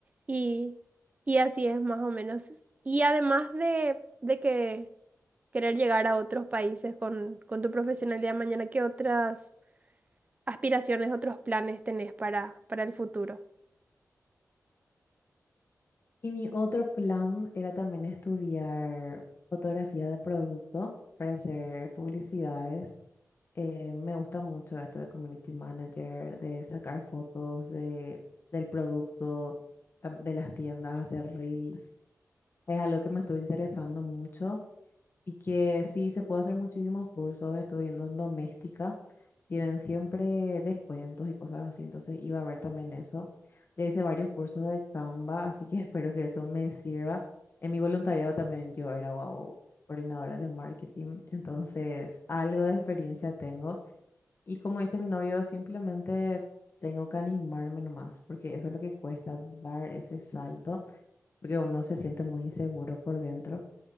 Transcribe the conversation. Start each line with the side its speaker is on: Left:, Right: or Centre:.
Right: y, y así es más o menos. Y además de, de que querer llegar a otros países con, con tu profesionalidad mañana, ¿qué otras aspiraciones, otros planes tenés para, para el futuro?
Left: Y mi otro plan era también estudiar fotografía de producto para hacer publicidades eh, me gusta mucho esto de community manager, de sacar fotos de, del producto, tam- de las tiendas, hacer reels. Es algo que me estuvo interesando mucho y que sí se puede hacer muchísimos cursos. Estuve viendo en doméstica, tienen siempre descuentos y cosas así, entonces iba a ver también eso. Ya hice varios cursos de Canva, así que <laughs> espero que eso me sirva. En mi voluntariado también yo era wow, coordinadora de marketing, entonces algo de experiencia tengo. Y como dice mi novio, simplemente tengo que animarme nomás, porque eso es lo que cuesta dar ese salto, porque uno se siente muy inseguro por dentro.